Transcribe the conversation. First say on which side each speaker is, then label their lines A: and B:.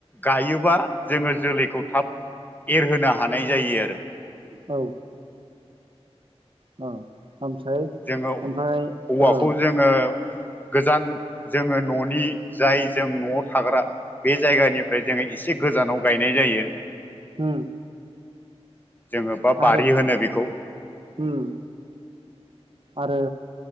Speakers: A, on the left; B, on the right.
A: गायो। बा जोङो जोलैखौ थाब एरहोनो हानाय जायो आरो
B: औ औ ओमफ्राय
A: जोङो
B: ओमफ्राय
A: औवाखौ
B: औ।
A: जोङो गोजान जोङो न'नि जाय जों न'आव थाग्रा बे जायगानिफ्राय जोङो एसे गोजानाव गायनाय जायो।
B: उम
A: जोङो बा बारि
B: आरो
A: होनो बेखौ
B: ओम आरो